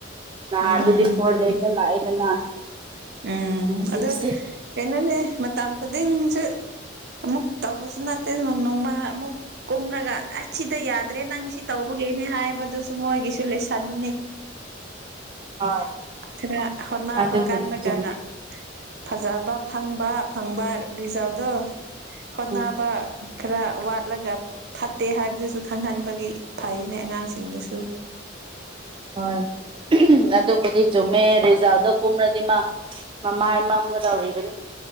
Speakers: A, on the right; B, on the right.
A: ꯅꯍꯥꯟ
B: ꯎꯝ
A: ꯑꯗꯨꯗꯤ ꯐꯣꯟꯔꯦꯅ ꯂꯥꯛꯑꯦꯗꯅ
B: ꯎꯝ
A: ꯍꯧꯖꯤꯛꯁꯦ
B: ꯑꯗꯨ ꯀꯩꯅꯣꯅꯦ ꯃꯇꯝ ꯈꯨꯗꯤꯡꯁꯨ ꯑꯃꯨꯛ ꯇꯧꯕꯁꯨ ꯅꯠꯇꯦ ꯃꯥ ꯑꯃꯨꯛ ꯀꯨꯝꯔꯒ ꯑꯁ ꯁꯤꯗ ꯌꯥꯗ꯭ꯔꯦ ꯅꯪ ꯁꯤ ꯇꯧꯕꯒꯤ ꯅꯦ ꯍꯥꯏꯕꯗꯨꯁꯨ ꯃꯣꯏꯒꯤꯁꯨ ꯂꯩꯁꯟꯃꯤꯅꯦ꯫
A: ꯍꯣꯏ
B: ꯁꯤꯗ ꯍꯣꯠꯅꯕ ꯍꯟꯅꯕ
A: ꯑꯗꯨꯕꯨꯗꯤ
B: ꯀꯟꯂꯒꯅ
A: ꯆꯨꯝꯃꯦ
B: ꯐꯖꯕ ꯐꯪꯕ ꯐꯪꯕ ꯔꯤꯖꯥꯗꯣ ꯍꯣꯠꯅꯕ
A: ꯎꯝ
B: ꯈꯔ ꯋꯥꯠꯂꯒ ꯐꯠꯇꯦ ꯍꯥꯏꯕꯗꯨꯁꯨ ꯈꯪꯍꯟꯕꯒꯤ ꯐꯩꯅꯦ ꯑꯉꯥꯡꯁꯤꯡꯗꯨꯁꯨ
A: ꯍꯣꯏ ꯑꯗꯨꯕꯨꯗꯤ ꯆꯨꯝꯃꯦ ꯔꯤꯖꯥꯜꯗ ꯀꯨꯝ꯭ꯔꯗꯤ ꯃꯥ ꯃꯃꯥꯏ ꯃꯝꯒ ꯇꯧꯔꯤꯕꯅꯤ